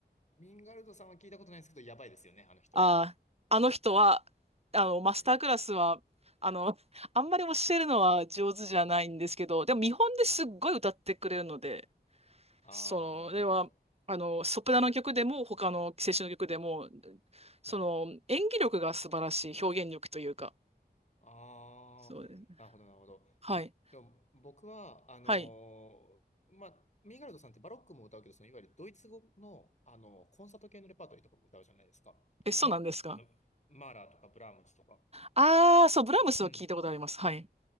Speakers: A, on the left; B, on the right.
A: ミンガルドさんは聞いたことないですけど、やばいですよね、あの人は。
B: ああ、あの人は、あの、マスタークラスは、
A: はい。
B: あの、<laughs> あんまり教えるのは上手じゃないんですけど、でも見本ですっごい歌ってくれるので、
A: はい。ああ、
B: それは、
A: なるほど。
B: あの、ソプラノ曲でも、他の青春の曲でも、その、
A: うん。
B: 演技力が素晴らしい、表現力というか。
A: ああ、
B: そうですね。
A: なるほど、なるほど。
B: はい。
A: でも、僕は、あのーまあ、
B: はい。
A: ミンガルドさんってバロックも歌うけど、そのいわゆるドイツ語の、あのコンサート系のレパートリーとかも歌うじゃないですか。
B: え、そうなんですか
A: うん。あの、マーラーとかブラームスとか。
B: ああー、そう、ブラームスは聞いたことあります。
A: うん。
B: はい。